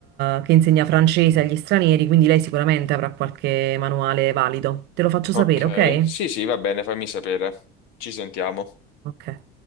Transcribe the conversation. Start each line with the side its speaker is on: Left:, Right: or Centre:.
Right: eh, che insegna francese agli stranieri, quindi lei sicuramente avrà qualche manuale valido. Te lo faccio sapere,
Left: ok.
Right: ok?
Left: Sì, sì, va bene, fammi sapere. Ci sentiamo.
Right: Ok.